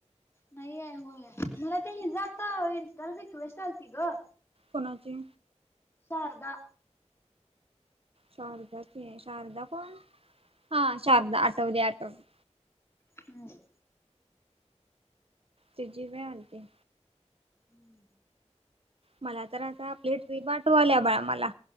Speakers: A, on the left (about 20°); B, on the right (about 55°).
A: नाही हो म्हण मला ते हिज आता इन्स्टाला रिक्वेस्ट आलती गं
B: कुणाची
A: शारदा
B: शारदाची शारदा कोण हा शारदा आटवली आटवली
A: हम्म
B: तीजीबी आलती
A: हम्म
B: मला तर आता आप्लेट वाठू आल्या बाळा मला